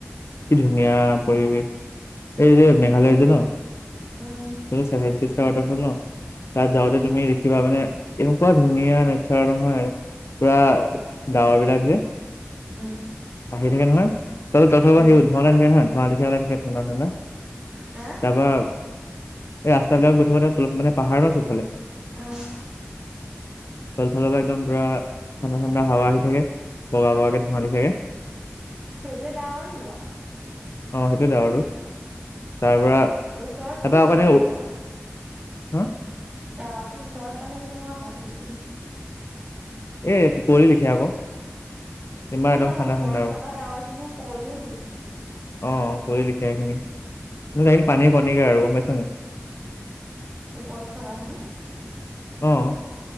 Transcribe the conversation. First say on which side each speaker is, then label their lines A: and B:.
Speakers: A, on the left; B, on the right.
A: কি ধুনীয়া পৰিৱেশ এই যে মেঘালয় যে ন'?
B: উম
A: এই ছেভেন চিষ্টাৰ ৱাটাৰফল ন'? তাত যাওঁতে
B: উম
A: তুমি দেখিবা মানে এনেকুৱা ধুনীয়া নেচাৰ নহয় পুৰা ডাৱৰবিলাক যে
B: উম।
A: আহি থাকে নহয়, ত' তৰ পৰা
B: উম
A: সি ধোঁৱ লাখিবা হা, ধোৱা লাখিবে ঠাডা ঠাণ্ডা
B: হা
A: তাৰপা এই ৰাস্তাবিলাক গৈঠিবতে মানে পাহাৰৰ চবফালে
B: উম <inaudible>
A: তলফালৰ পৰা একদম পুৰা ঠাণ্ডা ঠাণ্ডা হাৱা আহি থাকে, বগা বগাকে ধোঁৱালি থাকে।
B: সেইটোৱে ডাৱৰ নি বাৰু?
A: অ' সেইটোৱে ডাৱৰ আৰু। তাৰপৰা
B: ওচৰত কি
A: এটা
B: হৈ
A: মানে
B: থাকে সেইটো
A: হা
B: ডাৱৰটো ওচৰত পালে কেনেকুৱা হয় বস্তুবোৰ?
A: এই টোপুৰি লিখিয়া আকৌ। যেনিবা
B: এনে
A: একদম
B: আমাৰ
A: ঠাণ্ডা
B: ওপৰত
A: ঠাণ্ডা আৰু
B: থকা ডাৱৰখিনিও কুঁৱলিয়ে নেকি?
A: অ' কুঁৱলীলিখিয়া এইখিনি, সেইখিনি পানীৰ কণীকা আৰু গম পাইছা নাই?
B: ওপৰত থকাখিনি?
A: অ'।